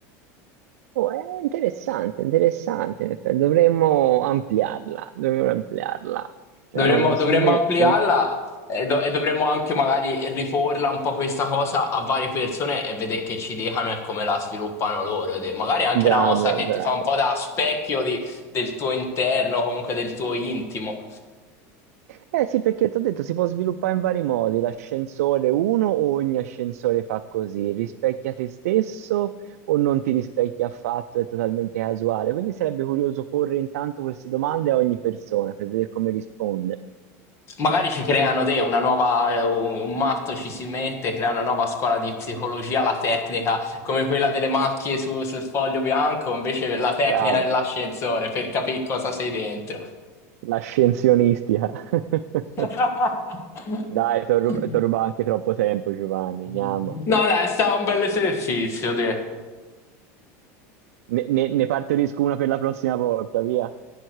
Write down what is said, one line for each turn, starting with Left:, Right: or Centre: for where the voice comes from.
Right: Oh, è interessante, interessante. in effetti. Dovremmo ampliarla, dovremmo ampliarla. Cioè,
Left: Dovremmo,
Right: un-
Left: dovremmo
Right: secondo me,
Left: ampliarla
Right: dovremmo-
Left: e, do- e dovremmo anche magari riporla un po' questa cosa a varie persone e vedere che ci dicano e come la sviluppano loro. De- Magari anche
Right: bravo,
Left: una cosa che
Right: bravo.
Left: ti fa un po' da specchio di- del tuo interno, comunque del tuo intimo.
Right: Eh sì, perché ti ho detto, si può sviluppare in vari modi. L'ascensore, uno, o ogni ascensore fa così, rispecchia te stesso o non ti rispecchia affatto, è totalmente casuale. Quindi sarebbe curioso porre intanto queste domande a ogni persona per vedere come risponde.
Left: Magari ci creano te una nuova, un matto ci si mette, crea una nuova scuola di psicologia, la tecnica, come quella delle macchie su- sul foglio bianco, invece la tecnica
Right: Bravo.
Left: dell'ascensore per capire cosa sei dentro.
Right: La scienzionistica. <laughs>
Left: <laughs>
Right: Dai, ti rubato anche troppo tempo, Giovanni.
Left: No,
Right: Andiamo.
Left: dai, è stato un bel esercizio, dai.
Right: Ne, ne, ne partorisco una per la prossima volta, via.